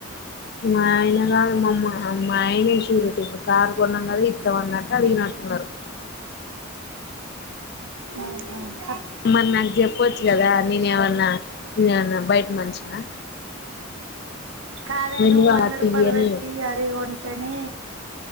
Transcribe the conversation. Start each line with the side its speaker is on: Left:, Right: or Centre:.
Left: మా ఆయన కాదు మా మ్మ మా ఆయన శురీటి, ఇప్పుడు కారు కొన్నాం కద ఇస్తామన్నట్టు అడిగినట్టున్నారు.
Right: అవునా
Left: మరి నాక్ జెప్పచ్చు కదా నేను ఎమన్నా నన్న బయట మనిషినా
Right: కాదే
Left: ఎందుకు
Right: నువ్
Left: అలా
Right: వంద
Left: తీయని
Right: రూపాయలు పెట్టి అది కొంటనే